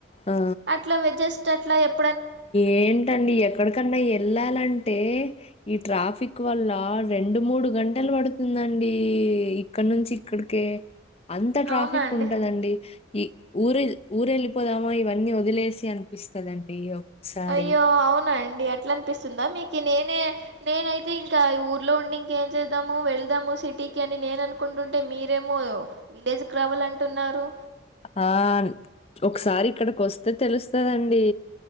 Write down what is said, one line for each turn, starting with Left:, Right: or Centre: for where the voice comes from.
Left: ఆ
Right: అట్లా వాచెస్ <inaudible>
Left: ఏంటండి ఎక్కడకన్నా ఎళ్ళాలంటే ఈ ట్రాఫిక్ వల్ల రెండు మూడు గంటలు పడుతుందండి ఇక్కడ నుంచి ఇక్కడికే అంత ట్రాఫిక్
Right: అవునా అండి
Left: ఉంటదండి ఈ ఊరు ఎల్లి ఊరు వెళ్ళిపోదామా ఇవన్నీ వదిలేసి అనిపిస్తదండి ఒక్కొక్కసారి
Right: అయ్యో అవున అండి అట్లా అనిపిస్తుందా మీకి నేనే నేనైతే ఇం క ఊర్లో ఉండి ఇంకేం చేద్దాము వెళ్దాము సిటీకి అని నేన అనుకుంటుంటే మీరేమో విలేజ్కి రావాలంటున్నారు
Left: ఆ న్ ఒకసారి ఇక్కడికి వస్తే తెలుస్తుదండి